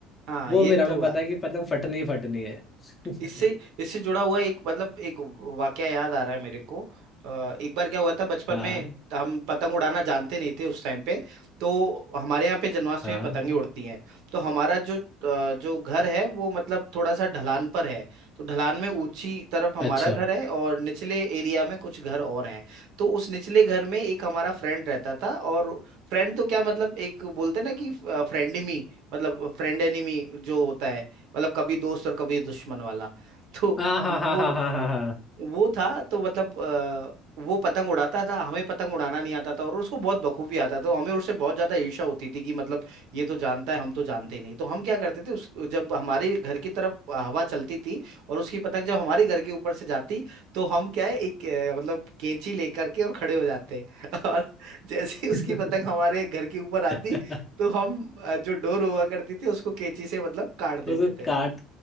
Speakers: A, on the right (about 60°); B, on the left (about 15°).
A: हाँ
B: वो
A: ये
B: फिर हमें
A: तो बात
B: पता है कि
A: है
B: पतंग फटनी ही फटनी है <laughs>
A: इससे इससे जुड़ा हुआ एक मतलब एक वाकया याद आ रहा है मेरे को अ, एक बार क्या हुआ था बचपन
B: हाँ
A: में हम पतंग उड़ाना जानते नहीं थे उस टाइम पे तो हमारे यहाँ पे जन्माष्टमी
B: हाँ
A: में पतंगे उड़ती हैं तो हमारा जो अ, जो घर है वो मतलब थोड़ा सा ढलान पर है तो ढलान में ऊंची तरफ हमारा
B: अच्छा
A: घर है और निचले एरिया में कुछ घर और हैं तो उस निचले घर में एक हमारा फ्रेंड रहता था और फ्रेंड तो क्या मतलब एक बोलते ना कि फ्रेंडमी मतलब फ्रेंड एनिमी जो होता है मतलब कभी दोस्त और कभी दुश्मन वाला तो
B: हाँ हाँ
A: वो
B: हाँ हाँ हाँ हाँ
A: वो था तो मतलब अ, वो पतंग उड़ाता था हमें पतंग उड़ाना नहीं आता था और उसको बहुत बखूबी आता था तो हमें उससे बहुत ज्यादा ईर्ष्या होती थी कि मतलब ये तो जानता है हम तो जानते नहीं तो हम क्या करते थे उस जब हमारे घर की तरफ हवा चलती थी और उसकी पतंग जब हमारे घर के ऊपर से जाती तो हम क्या है एक अ, मतलब कैंची लेकर के और खड़े हो जाते <laughs> और जैसे ही उसकी
B: हाँ
A: पतंग हमारे घर के ऊपर आती
B: <laughs>
A: तो हम अ, जो डोर हुआ करती थी उसको कैंची से मतलब काट देते
B: उसको
A: थे
B: काट